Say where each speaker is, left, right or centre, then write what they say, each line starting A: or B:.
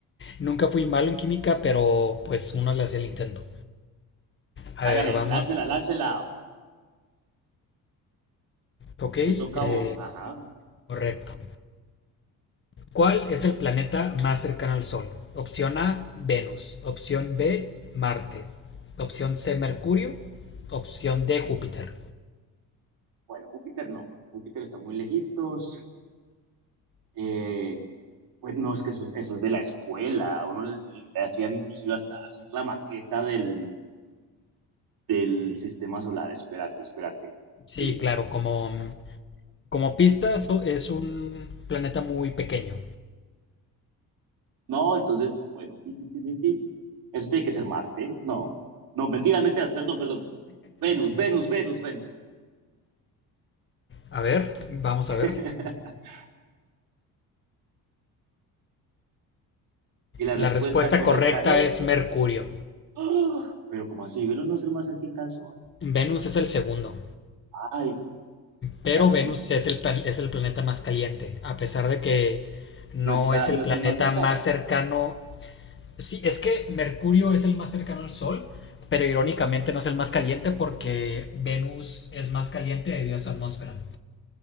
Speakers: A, on the left; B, on the right.
A: nunca fui malo en química, pero pues uno le hacía el intento. A
B: Hágale,
A: ver, vamos.
B: láncela, láncela,
A: Ok,
B: te toca
A: eh,
B: a vos, ajá.
A: correcto. ¿Cuál es el planeta más cercano al Sol? Opción A, Venus. Opción B, Marte. Opción C, Mercurio. Opción D, Júpiter.
B: Bueno, Júpiter no, Júpiter está muy lejitos, eh, pues no, es que eso, es- eso es de la escuela, a uno le, le le hacían inclusive hasta hacer la maqueta del, del sistema solar, espérate, espérate.
A: Sí,
B: Mm.
A: claro, como, como pista so- es un planeta muy pequeño.
B: No, entonces, bueno, tin, tin, tin, tin, tin. Eso tiene que ser Marte. No, no, mentiras, mentiras, perdón, perdón. Venus, Venus, Venus, Venus.
A: A ver, vamos
B: <laughs>
A: a ver.
B: Y la
A: La
B: respuesta
A: respuesta
B: correcta
A: correcta
B: es...
A: es Mercurio.
B: ¡Ah! Pero ¿cómo así? Venus no es el más cerquita al Sol.
A: Venus es el segundo,
B: Ay,
A: pero
B: ya,
A: Venus
B: mira,
A: es el, pla- es el planeta más caliente, a pesar de que no
B: no está,
A: es el
B: no
A: planeta
B: es el más cercano.
A: más cercano Sí, es que Mercurio es el más cercano al Sol, pero
B: Sí,
A: irónicamente no es el más caliente porque Venus es más caliente debido a su atmósfera